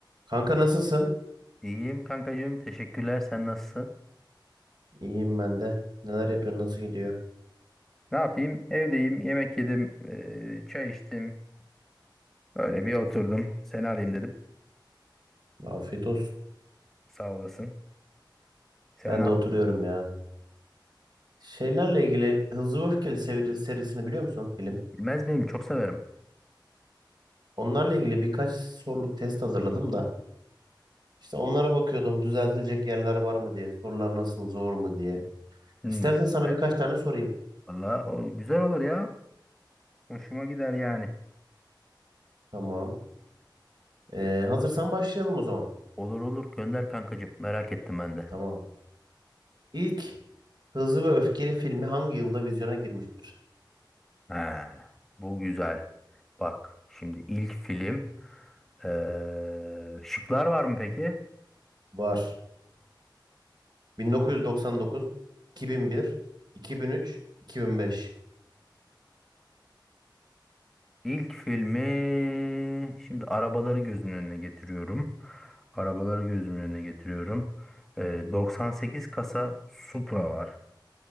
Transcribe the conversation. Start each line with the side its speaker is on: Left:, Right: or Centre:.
Right: Kanka nasılsın?
Centre: İyiyim kankacığım. Teşekkürler. Sen nasılsın?
Right: İyiyim ben de. Neler yapıyorsun? Nasıl gidiyor?
Centre: Ne yapayım? Evdeyim. Yemek yedim. eee, çay içtim. Böyle bir oturdum. Seni arayayım dedim.
Right: Afiyet olsun.
Centre: Sağ olasın. Sen
Right: Ben
Centre: ne yaptın?
Right: de oturuyorum ya. Şeylerle ilgili Hızlı ve Öfkeli seri- serisini biliyor musun film?
Centre: Bilmez miyim? Çok severim.
Right: Onlarla ilgili birkaç soruluk test hazırladım da. İşte onlara bakıyordum düzeltilecek yerler var mı diye. Sorular nasıl zor mu diye.
Centre: Hmm,
Right: İstersen sana
Centre: güzel.
Right: birkaç tane sorayım.
Centre: Valla o güzel olur ya. Hoşuma gider yani.
Right: Tamam. Ee, hazırsan başlayalım o zaman.
Centre: Olur olur. Gönder kankacığım. Merak ettim ben de.
Right: Tamam. İlk Hızlı ve Öfkeli filmi hangi yılda vizyona girmiştir?
Centre: Ha, bu güzel. Bak şimdi ilk film. eee, şıklar var mı peki?
Right: Var. 1999, 2001, 2003, 2005.
Centre: İlk filmi şimdi arabaları gözümün önüne getiriyorum. Arabaları gözümün önüne getiriyorum. Ee, 98 kasa Supra var.